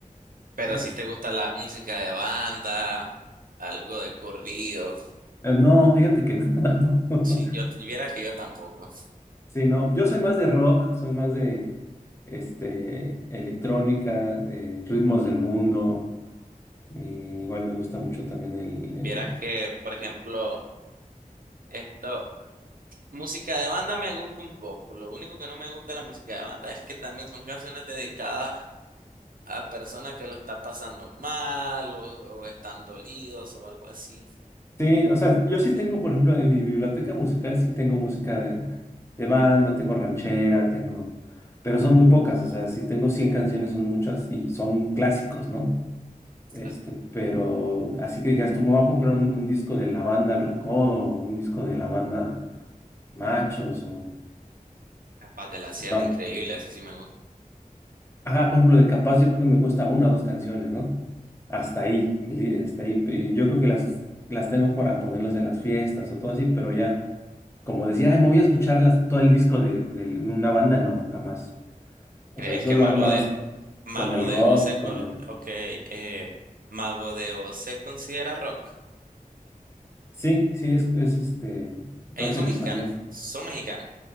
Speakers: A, on the right; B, on the left.
A: pero
B: Es-
A: si te gusta la música de banda, algo de corridos.
B: eh, no, fíjate que no, <laughs> tampoco.
A: Sí, yo vieras que yo tampoco.
B: Sí, no, yo soy más de rock, soy más de este, electrónica, eh, ritmos del mundo. Eh, igual me gusta mucho también el,
A: Vieras
B: el-
A: que, por ejemplo, esto, música de banda me gusta un poco. Lo único que no me gusta de la música de banda es que también son canciones dedicadas a personas que lo están pasando mal o, o están dolidos o algo así.
B: Sí, o sea, yo sí
A: Sí.
B: tengo, por ejemplo, en mi biblioteca musical sí tengo música de, de banda, tengo ranchera, tengo... Pero son muy pocas, o sea, si tengo 100 canciones son muchas y son clásicos, ¿no? Este,
A: Claro.
B: pero así que dijeras, tú me voy a comprar un, un disco de la banda El Recodo, o un disco de la banda Machos, o...
A: Capaz de la Sierra,
B: No,
A: increíble, eso sí me gusta.
B: Ajá, por ejemplo, de Capaz yo creo que me cuesta una o dos canciones, ¿no? Hasta ahí, li- hasta ahí. Y Yo creo que las, las tengo para ponerlas en las fiestas o todo así, pero ya, como decir, ay, me voy a escucharlas todo el disco de, de una banda, no, jamás. O
A: ¿Crees
B: sea, eso
A: que
B: lo
A: Mago
B: hago nada
A: de
B: más
A: Mago
B: con el rock,
A: de Oz se co-
B: con el...
A: ok, eh, Mago de Oz se considera rock?
B: Sí, sí, es, es este rock
A: Ellos son
B: en español.
A: mexicanos, son mexicanos.